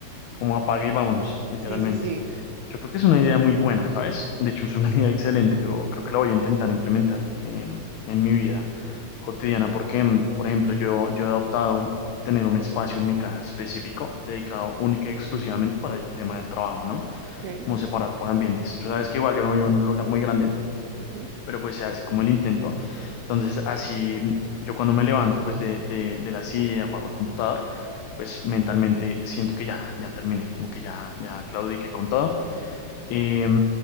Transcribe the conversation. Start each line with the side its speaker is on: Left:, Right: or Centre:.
Left: como apague y vámonos, literalmente.
Right: Sí, sí, sí.
Left: Yo creo que es una idea muy buena, ¿sabes? De hecho, es una <laughs> idea excelente. Yo creo que la voy a intentar implementar eh, en mi vida cotidiana porque, mm, por ejemplo, yo, yo he adoptado tener un espacio en mi casa específico dedicado única y exclusivamente para el tema del trabajo, ¿no?
Right: Ok.
Left: Como separar por ambientes. Tú sabes que igual yo no vivo en un lugar muy grande
Right: ujú,
Left: pero pues se hace como el intento. Entonces, así yo cuando me levanto pues de, de, de la silla y apago el computador, pues mentalmente siento que ya, ya terminé, como que ya, ya claudiqué con todo. Eh,